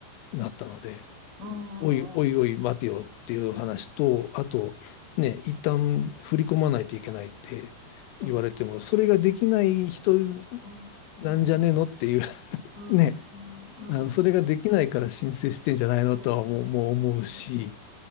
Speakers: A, on the left (about 85°); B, on the right (about 30°).
A: なったので、
B: うんうん
A: おいおいおい待てよっていう話と、あと、ね、一旦振り込まないといけないって言われても、
B: うん
A: それができない人
B: うん。うん
A: なんじゃねえのっていう、<laughs>
B: うんうんうんうんうんうんうん
A: ね、あの、それができないから申請してんじゃないのとはもう、
B: そうそうそうそう。
A: もう思うし、